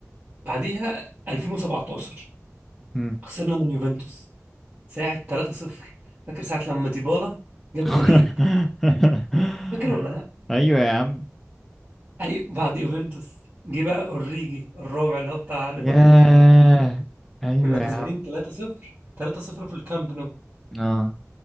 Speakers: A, on the right; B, in the centre.
A: بعديها 2017
B: امم
A: خسرنا من يوفنتوس ساعة 3-0 فاكر ساعة لما ديبالا جاب
B: <laughs>
A: جونين فاكر ولا لا؟
B: ايوه يا عم
A: أي بعد يوفنتوس جه بقى أوريجي الرابع اللي هو بتاع ليفربول
B: ياه
A: كنا كسبانين
B: ايوه
A: كنا كسبانين
B: يا عم
A: 3-0 3-0 في الكامب نو
B: اه